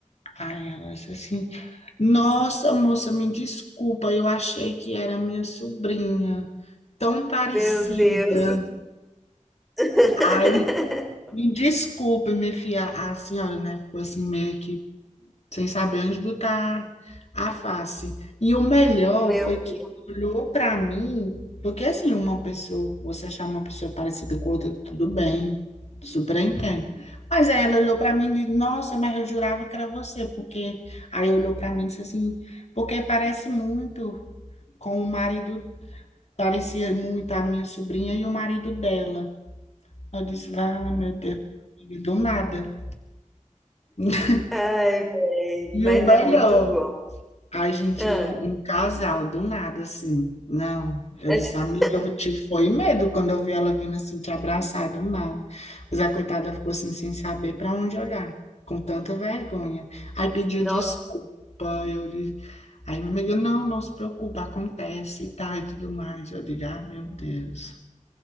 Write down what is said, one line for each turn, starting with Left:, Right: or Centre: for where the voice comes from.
Left: Aí ela disse assim, nossa moça, me desculpa, eu achei que era minha sobrinha, tão parecida.
Centre: Meu Deus. <laughs>
Left: Aí, me desculpe, minha filha, a senhora, né? Ficou assim meio que sem saber onde botar a face. E o melhor
Centre: Meu
Left: foi que
Centre: Deus.
Left: ele olhou para mim, porque assim, uma pessoa, você achar uma pessoa parecida com outra, tudo bem, super entendo. Mas aí ela olhou para mim e disse: "Nossa, mas eu jurava que era você", porque aí olhou para mim e disse assim: "Porque parece muito com o marido, parecia muito a minha sobrinha e o marido dela". Eu disse: "Ah, meu Deus, do nada". <laughs>
Centre: Ai, véi,
Left: E
Centre: mas
Left: o melhor
Centre: é muito bom.
Left: Ai, gente,
Centre: Ah,
Left: um casal, do nada, assim. Não, eu
Centre: acho-
Left: disse, amiga, eu te foi medo quando eu vi ela vindo assim, te abraçar do nada. Mas a coitada ficou assim, sem saber para onde olhar, com tanta vergonha. Aí pediu
Centre: nossa,
Left: desculpa, eu disse, aí minha amiga, não, não se preocupa, acontece e tal e tudo mais. Eu digo, ah, meu Deus.